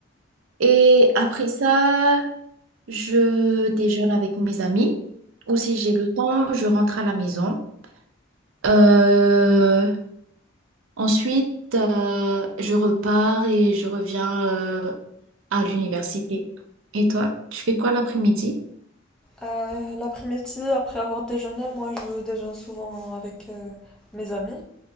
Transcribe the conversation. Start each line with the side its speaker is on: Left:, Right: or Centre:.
Right: et après ça, je déjeune avec mes amis ou si j'ai le temps, je rentre à la maison. Euh, ensuite, euh, je repars et je reviens euh, à l'université. Et toi, tu fais quoi l'après-midi?
Centre: Euh, l'après-midi, après avoir déjeuné, moi, je déjeune souvent avec euh, mes amis.